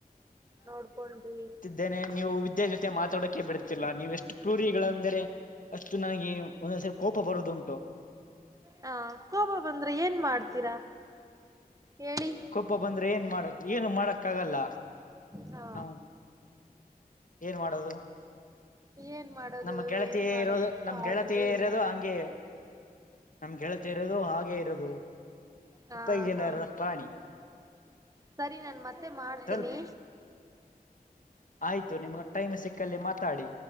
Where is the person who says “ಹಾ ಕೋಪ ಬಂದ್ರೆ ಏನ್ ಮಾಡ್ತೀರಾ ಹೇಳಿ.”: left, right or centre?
Right